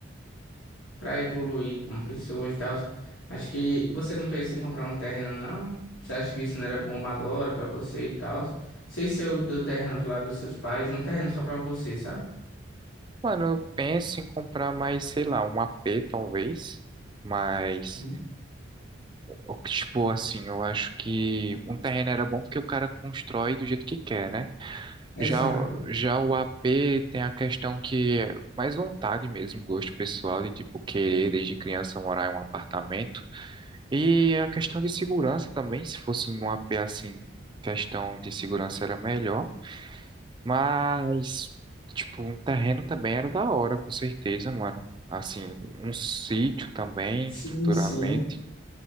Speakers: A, on the left; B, on the right.
A: para evoluir como pessoa e tal. Acho que você não pensa em comprar um terreno, não? Você acha que isso não era bom agora para você e tal? Sei se eu do terreno do lado dos seus pais, um terreno só para você, sabe?
B: Mano, eu penso em comprar mais, sei lá, um AP, talvez, mas,
A: Uhum.
B: o- tipo, assim, eu acho que um terreno era bom porque o cara constrói do jeito que quer, né?
A: Exato.
B: Já, já o AP tem a questão que é mais vontade mesmo, gosto pessoal de tipo querer desde criança morar em um apartamento. E a questão de segurança também, se fosse num AP assim, questão de segurança era melhor, mas tipo, um terreno também era da hora, com certeza, mano. Assim, um sítio também,
A: Sim,
B: futuramente,
A: sim.